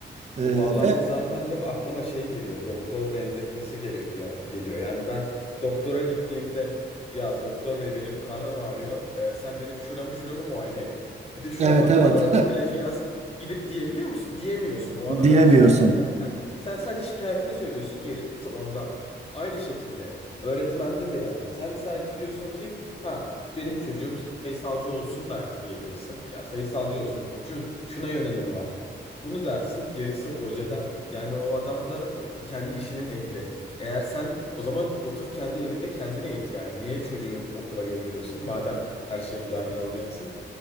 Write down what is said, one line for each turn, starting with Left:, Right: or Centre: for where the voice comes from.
Right: E,
Left: Bu bağlamda
Right: ve
Left: zaten hep aklıma şey geliyor. Doktor benzetmesi gerekiyor geliyor. Yani ben doktora gittiğimde ya doktor bey benim karnım ağrıyor. Ee, sen benim şuramı şuramı muayene et. Bir de şuna
Right: evet
Left: bak
Right: evet
Left: bana da bu ilacı yaz gidip diyebiliyor musun? Diyemiyorsun. O
Right: <laughs>
Left: adamın
Right: diyemiyorsun.
Left: işi çünkü zaten sen sadece şikayetini söylüyorsun. Gerisi onda. Aynı şekilde öğretmende de yani sen sadece diyorsun ki ha benim çocuğum sayısalcı olsun belki diyebilirsin. Ya sayısalcı olsun. Şu şuna yönelimi var. Bunu dersin gerisi hocada. Yani o adam da e, kendi işinin ehli. Eğer sen o zaman otur kendi evinde kendine eğit yani. Niye çocuğu okula gönderiyorsun? Madem her şeye mi dahil olacaksın?